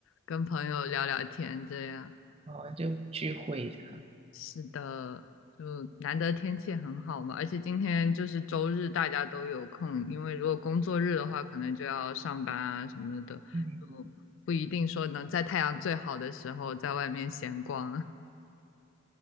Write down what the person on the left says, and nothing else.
跟朋友聊聊天，这样。
是的，就难得天气很好嘛，而且今天就是周日，大家都有空，因为如果工作日的话，可能就要上班啊什么的，
就不一定说能在太阳最好的时候在外面闲逛。